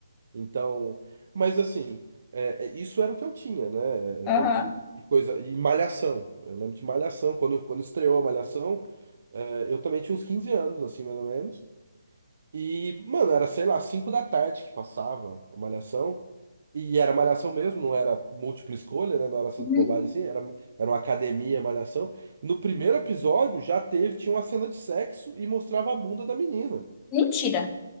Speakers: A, on the right; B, on the left.
A: Então, mas assim, é, é, isso era o que eu tinha, né?
B: Aham.
A: De, de- de coisa. E Malhação. Eu lembro de Malhação. Quando, quando estreou a Malhação, é, eu também tinha uns 15 anos, assim, mais ou menos. E, mano, era, sei lá, 5 da tarde que passava a Malhação. E era Malhação mesmo, não era múltipla escolha, né? Não era essas
B: Uhum.
A: bobagens assim, era, era uma academia Malhação. No primeiro episódio já teve, tinha uma cena de sexo e mostrava a bunda da menina.
B: Mentira.